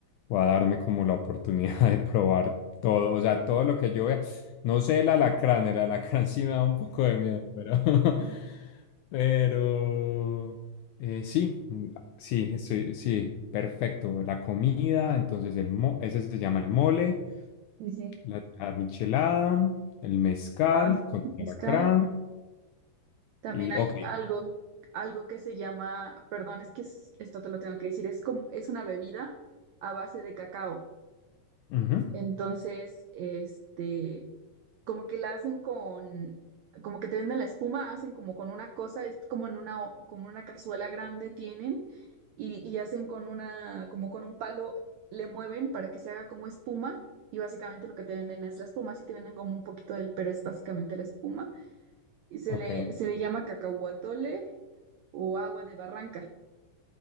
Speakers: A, on the left; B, on the right.
A: voy a darme como la oportunidad <laughs> de probar todo, o sea, todo lo que yo vea. No sé el alacrán, el alacrán <laughs> sí me da un poco de miedo, pero... <laughs> Pero... Eh, sí, mm, sí, estoy, sí, perfecto. La comida, entonces el mo- ese se llama el mole,
B: Sí, sí.
A: la, la michelada, el mezcal
B: Ah,
A: con
B: mezcal.
A: el alacrán
B: También
A: y
B: hay
A: ok.
B: algo, algo que se llama, perdón, es que es- esto te lo tengo que decir, es como, es una bebida a base de cacao.
A: ujú,
B: Entonces, este, como que la hacen con, como que te venden la espuma, hacen como con una cosa, es como en una, o- como una cazuela grande tienen y, y hacen con una, como con un palo, le mueven para que se haga como espuma y básicamente lo que te venden es la espuma, sí te venden como un poquito del, pero es básicamente la espuma y se
A: Ok,
B: le, se le llama cacahuatole o agua de barranca